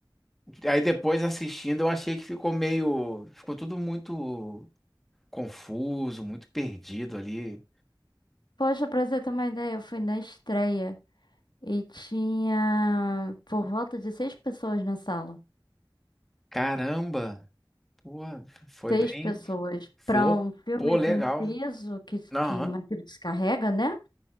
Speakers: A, in the centre; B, on the left.
A: Aí depois assistindo, eu achei que ficou meio. Ficou tudo muito. confuso, muito perdido ali.
B: Poxa, pra você ter uma ideia, eu fui na estreia e tinha por volta de seis pessoas na sala.
A: Caramba, pô, foi
B: Seis
A: bem,
B: pessoas
A: flopou
B: pra um filme
A: legal.
B: com o peso que,
A: Aham.
B: que Matrix carrega, né?